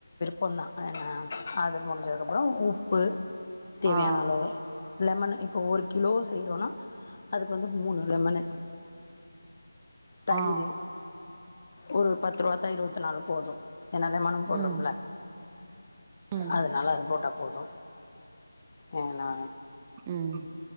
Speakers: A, on the left; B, on the right.
A: பொண்ணா அனா அது முடுஞ்சதுக்கப்பறோ உப் ப்பு தேவயான
B: ஆ
A: அளவு லெமனு இப்போ ஒரு கிலோ செய்றோனா அதுக்கு வந்து மூணு லெமனு தயிரு
B: ஆ
A: ஒரு பத்து ருவா தயிர் ஊத்துனாலு போது என்னால மனம் போடுறோம்ல
B: ம் ம்
A: அதனால அத போட்டா போது ஏனா
B: ம்